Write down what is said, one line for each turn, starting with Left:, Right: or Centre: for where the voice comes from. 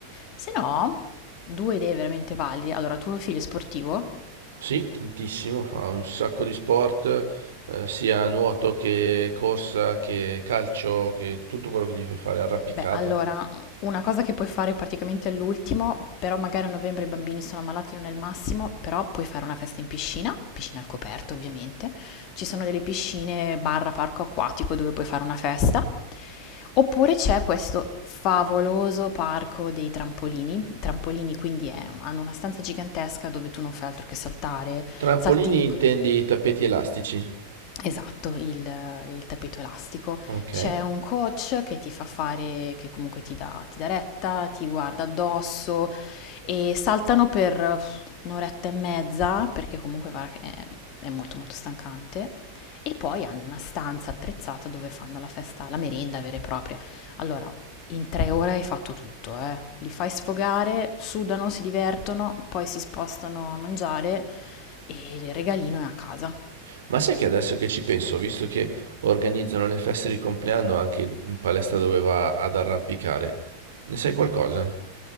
Left: Se no, due idee veramente valide. Allora, tuo figlio è sportivo?
Right: Sì, tantissimo, fa un sacco di sport, eh, sia nuoto che corsa che calcio, che tutto quello che gli fai fare, arrampicata.
Left: Beh, allora, una cosa che puoi fare praticamente all'ultimo, però magari a novembre i bambini sono ammalati, non è il massimo, però puoi fare una festa in piscina, piscina al coperto ovviamente, ci sono delle piscine barra parco acquatico dove puoi fare una festa, oppure c'è questo favoloso parco dei trampolini, i trampolini quindi è- hanno una stanza gigantesca dove tu non fai altro che saltare,
Right: Trampolini
Left: salti
Right: intendi tappeti elastici?
Left: Esatto, il il tappeto elastico.
Right: Ok.
Left: C'è un coach che ti fa fare che comunque ti dà ti dà retta, ti guarda addosso e saltano per uff, un'oretta e mezza, perché comunque guarda che è è molto, molto stancante, e poi hanno una stanza attrezzata dove fanno la festa la merenda vera e propria. Allora, in 3 ore hai fatto tutto, eh. Li fai sfogare, sudano, si divertono, poi si spostano a mangiare e il regalino è a casa.
Right: Ma sai che adesso che ci penso, visto che organizzano le feste di compleanno anche in palestra dove va ad arrampicare, ne sai qualcosa?